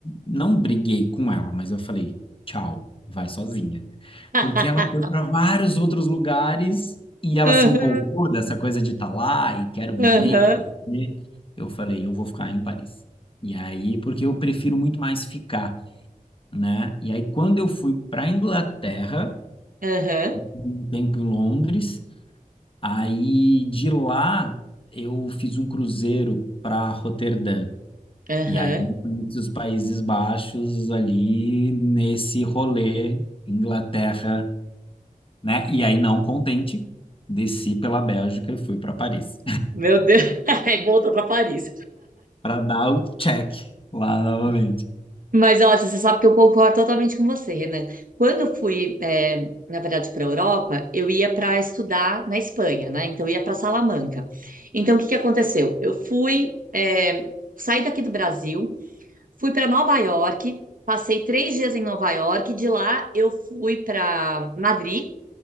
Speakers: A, on the left (about 40°); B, on the right (about 70°).
A: não briguei com ela, mas eu falei: "Tchau, vai sozinha".
B: <laughs>
A: Porque ela foi para vários outros lugares e ela
B: Aham,
A: se empolgou dessa coisa de estar lá e quero viver,
B: aham,
A: e quero viver. Eu falei: "Eu vou ficar em Paris". E aí, porque eu prefiro muito mais ficar né? E aí, quando eu fui para a Inglaterra,
B: aham,
A: um tempo em Londres, aí de lá eu fiz um cruzeiro para Roterdã.
B: aham.
A: E aí, conheci os Países Baixos ali nesse rolê, Inglaterra, né? E aí, não contente, desci pela Bélgica e fui para Paris,
B: Meu Deus, <laughs> aí voltou para Paris.
A: <laughs> para dar o check lá novamente.
B: Mas olha, você sabe que eu concordo totalmente com você, Renan. Quando eu fui, eh, na verdade, para a Europa, eu ia para estudar na Espanha, né? Então eu ia para Salamanca. Então o que que aconteceu? Eu fui, eh, saí daqui do Brasil, fui para Nova York, passei três dias em Nova York, de lá eu fui para Madrid.